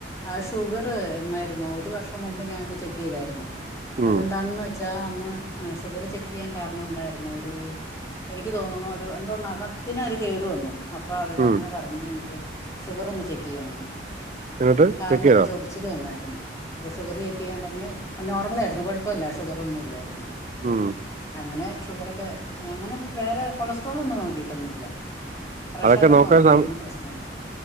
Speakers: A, on the left (about 15°); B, on the right (about 40°).
A: ആഹ് ഷുഗർ എന്നായിരുന്നു ഒരു വർഷം മുമ്പ് ഞാൻ ഒന്ന് ചെക്ക് ചെയ്തായിരുന്നു
B: ഉം
A: അതെന്താണെന്ന് വെച്ചാ അന്ന് ഷുഗർ ചെക്ക് ചെയ്യാൻ കാരണം എന്തായിരുന്നു ഒരു എനിക്ക് തോന്നുന്നു ഒരു എന്തോ നഖത്തിനൊരു കേട് വന്നു അപ്പൊ അവരങ്ങനെ
B: ഉം
A: പറഞ്ഞു എനിക്ക് ഷുഗർ ഒന്ന് ചെക്ക് ചെയ്യണന്ന്
B: എന്നിട്ട്
A: കാലിനൊക്കെ
B: ചെക്ക് ചെയ്തോ
A: ചോ- റിച്ചില് വന്നായിരുന്നു അപ്പ ഷുഗറ് ചെക്ക് ചെയ്യാൻ പറഞ്ഞു നോർമലായിയിരുന്നു കുഴപ്പമില്ല ഷുഗർ ഒന്നുമില്ലായിരുന്നു
B: ഉം.
A: അങ്ങനെ ഷുഗറൊക്കെ അങ്ങനെ വേറെ കൊളസ്ട്രോളൊന്നും നോക്കിട്ടൊന്നുയില്ല പ്രഷറ്
B: അതൊക്കെ നോക്കാൻ
A: നോക്കിയായിരുന്നു
B: സമ
A: പ്രശ്നമില്ല